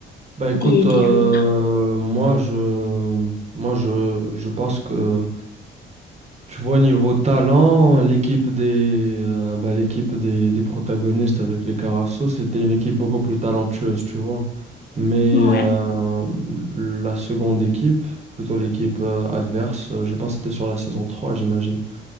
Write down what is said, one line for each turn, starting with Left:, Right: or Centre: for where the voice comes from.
Right: Bah écoute,
Left: des,
Right: euh,
Left: des joueurs.
Right: moi je, moi je, je pense que Tu vois, niveau talent, l'équipe des, euh, bah, l'équipe des, des protagonistes avec les Carasso, c'était une équipe beaucoup plus talentueuse, tu vois. Mais
Left: Ouais,
Right: euh, la seconde équipe, plutôt l'équipe euh, adverse, euh, je pense que c'était sur la saison trois j'imagine.